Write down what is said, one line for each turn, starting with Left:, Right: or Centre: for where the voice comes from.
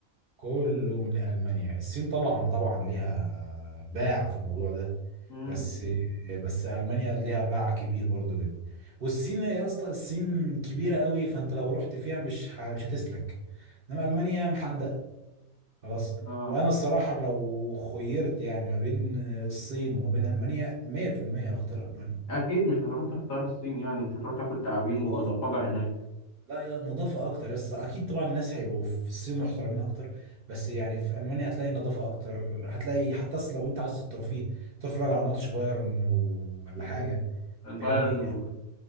Right: كله من ألمانيا الصين طبعا طبعا ليها باع في الموضوع ده
Left: امم
Right: بس بس ألمانيا ليها باع كبير برضو جدا والصين يا اسطى الصين كبيرة قوي فأنت لو رحت فيها مش ه- مش هتسلك إنما ألمانيا محندق خلاص
Left: اه
Right: وأنا الصراحة لو خيرت يعني ما بين الصين وما بين ألمانيا 100% هختار ألمانيا
Left: اكيد مش هتروح تختار الصين يعني مش هتروح تاكل تعابين
Right: نظافة
Left: وضفادع هناك
Right: لا يا نظافة أكتر بس أكيد طبعا الناس هيبقوا في الصين محترمين أكتر بس يعني في ألمانيا هتلاقي نظافة أكتر هتلاقي حتى أصل لو أنت عايز الترفيه تتفرج على ماتش بايرن و- ولا
Left: مم.
Right: حاجة
Left: البايرن
Right: فاهمني
Left: و...